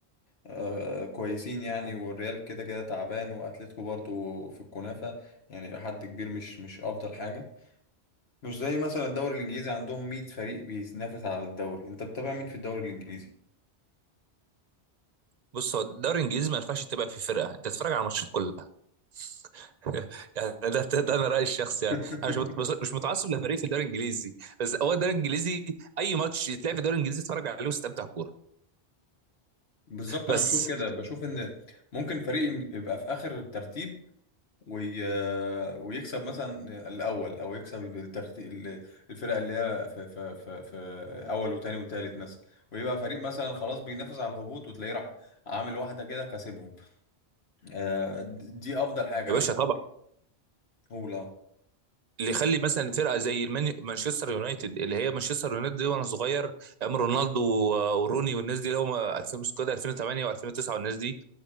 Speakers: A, on the left; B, on the right.
A: آه، كويسين يعني والريال كده كده تعبان واتلتيكو برضه في الكنافة يعني لحد كبير مش مش افضل حاجة مش زي مثلا الدوري الانجليزي عندهم 100 فريق بينافس على الدوري انت بتتابع مين في الدوري الانجليزي
B: بص هو الدوري الانجليزي ما ينفعش تبقى في فرقه انت تتفرج على الماتشات كلها <laughs> يعني ده ده, ده انا رايي الشخصي يعني
A: <laughs>
B: انا مش مت- بص- مش متعصب لفريق في الدوري الانجليزي بس هو الدوري الانجليزي اي ماتش يتلعب في الدوري الانجليزي اتفرج عليه واستمتع كوره
A: بالظبط
B: بس
A: انا بشوف كده بشوف ان ممكن فريق يم- يبقى في اخر الترتيب وي... ويكسب مثلا الاول او يكسب الترتيب ال- الفرق اللي هي في, في, في, في اول وتاني وتالت مثلا ويبقى فريق مثلا خلاص بينافس على الهبوط وتلاقيه راح عامل واحده كده كاسبهم آه، دي افضل حاجه
B: يا
A: انا
B: باشا
A: صراحه اقول
B: اللي يخلي مثلا فرقه زي الماني- مانشستر يونايتد اللي هي مانشستر يونايتد دي وانا صغير ايام رونالدو و- وروني والناس دي اللي هم 2000 سكواد 2008 و2009 والناس دي